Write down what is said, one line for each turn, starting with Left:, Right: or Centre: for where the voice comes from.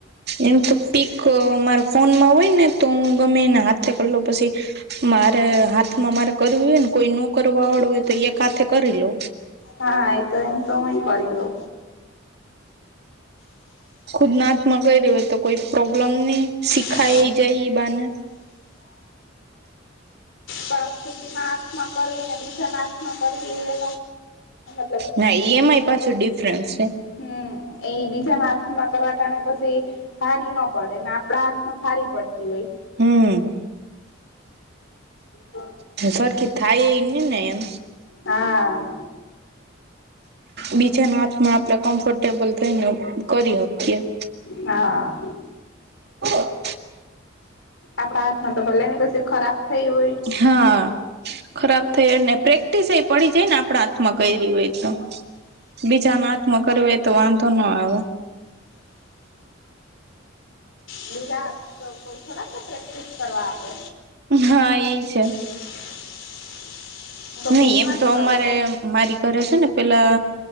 Right: એમ તો પીક મારા ફોનમાં હોય ને તો હું ગમે એના હાથે કરલો પછી મારે હાથમાં મારે કરવી હોય ને કોઈ નો કરવા વાળું હોય તો એક હાથે કરી લો
Left: હા એ તો એમ તો હુંય કરી લઉ
Right: ખુદનાથ માં કઈ ર્યું હોય તો કોઈ પ્રોબ્લેમ નહી. શીખાય
Left: હમ હ <unintelligible>
Right: એ જાય ઈ બાને
Left: પણ ખુદના આત્મા કરવી નથી બી ા નાશ ન કરવી એ લોકો
Right: હા ઈ એમ આઈ પાસે ડિફરન્સ છે.
Left: હમ એ બીજાના હાથમાં કરવાટા ને પછી હારી ના પડે ને આપડાા હારી પડતી હોય
Right: હમ
Left: હ
Right: હું સરાર કે થાય એઈ ન એનેમ
Left: હા
Right: બીજાના હાથમાં આપડે કમ્ફર્ટેબલ થઈને કરી શકીએ
Left: હા
Right: <inaudible>
Left: આપડા હાથમાં તો ભલે ને પછી ખરાબ થઈ હોય.
Right: હા ખરાબ થઈને પ્રેક્ટિસ એ પડી જાય ને આપણા હાથમાં કર્યું હોય તો બીજાના હાથમાં કર હો તો વાંધો ન આવે
Left: બીજા તો કોઈ થોડાક પ્રેક્ટિસ કરવા આપે
Right: હા એ છે
Left: <inaudible>
Right: નહી
Left: બુકમાં
Right: એમ
Left: જ
Right: તો
Left: કરું
Right: અમારે મારી ઘરે છે ને પેલા